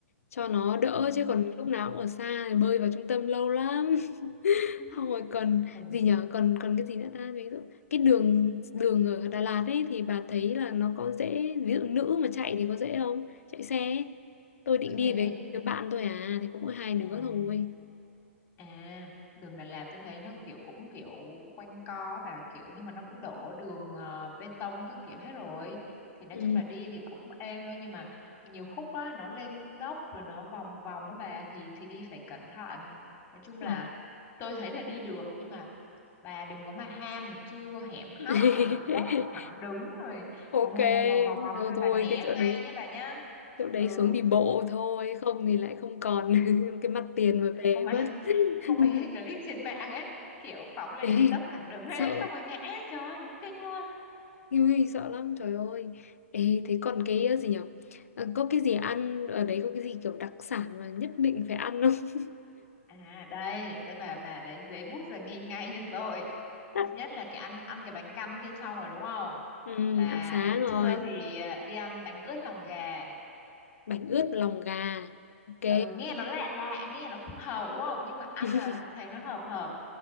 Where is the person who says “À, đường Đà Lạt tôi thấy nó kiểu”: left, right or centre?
Left